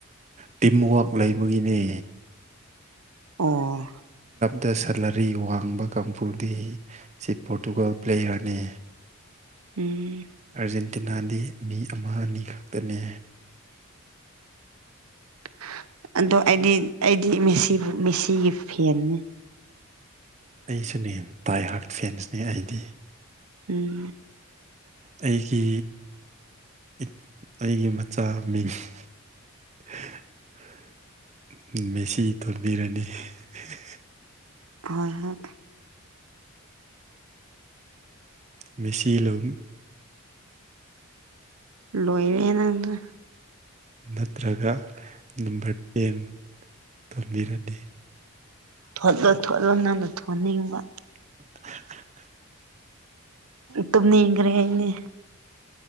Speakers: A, on the right; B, on the right.
A: ꯇꯤꯝ ꯋꯥꯔꯛ ꯂꯩꯕꯒꯤꯅꯦ
B: ꯑꯣ
A: ꯗ ꯁꯂꯔꯤ ꯋꯥꯡꯕ ꯀꯥꯡꯕꯨꯗꯤ ꯁꯤ ꯄꯣꯔꯇꯨꯒꯜ ꯄ꯭ꯂꯦꯌꯔꯅꯤ
B: ꯎꯝ
A: ꯑꯥꯔꯖꯦꯟꯇꯤꯅꯥꯗꯤ ꯃꯤ ꯑꯃꯅꯤ ꯈꯛꯇꯅꯦ
B: <inaudible> ꯑꯗꯣ ꯑꯩꯗꯤ ꯑꯩꯗꯤ ꯃꯦꯁꯤꯕꯨ ꯃꯦꯁꯤꯒꯤ ꯐꯦꯟꯅꯤ
A: ꯑꯩꯁꯨꯅꯦ ꯄꯥꯏ ꯍꯥꯔꯠ ꯐꯦꯟꯁꯅꯦ ꯑꯩꯗꯤ
B: ꯎꯝ
A: ꯑꯩꯒꯤ ꯏ ꯑꯩꯒꯤ ꯃꯆꯥ ꯃꯤꯡ ꯍꯨꯝ ꯍꯥ ꯍꯥ ꯃꯦꯁꯤ ꯊꯣꯟꯕꯤꯔꯅꯤ ꯍꯤ ꯍꯤ ꯍꯤ
B: ꯍꯣꯏ ꯍꯣꯏ
A: ꯃꯦꯁꯤ ꯂꯧꯃꯤ
B: ꯂꯣꯏꯔꯦ ꯅꯪꯅ
A: ꯅꯠꯇ꯭ꯔꯒ ꯅꯝꯕꯔ ꯇꯦꯟ ꯊꯣꯟꯕꯤꯔꯅꯤ
B: ꯊꯣꯠꯂꯣ ꯊꯣꯠꯂꯣ ꯅꯪꯅ ꯊꯣꯟꯅꯤꯡꯕ
A: ꯍꯥ ꯍꯥ ꯍꯥ
B: ꯇꯨꯝꯅꯤꯡꯒꯔꯦ ꯑꯥꯏꯅꯦ